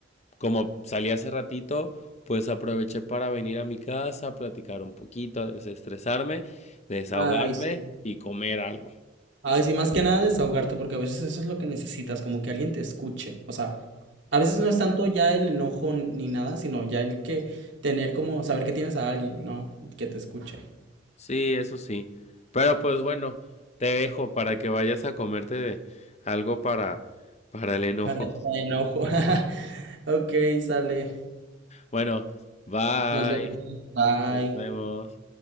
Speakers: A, on the left; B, on the right.
A: como salí hace ratito, pues aproveché para venir a mi casa, platicar un poquito, desestresarme, desahogarme
B: Ay, sí.
A: y comer algo.
B: Ay, sí, más que nada desahogarte, porque a veces eso es lo que necesitas, como que alguien te escuche. O sea, a veces no es tanto ya el enojo ni nada, sino ya el que tener como saber que tienes a alguien, ¿no? Que te escuche.
A: Sí, eso sí. Pero pues bueno, te dejo para que vayas a comerte algo para, para el enojo.
B: Para el enojo. <laughs> Ok, sale.
A: Bueno, bye.
B: Nos vemos. Bye.
A: Nos vemos.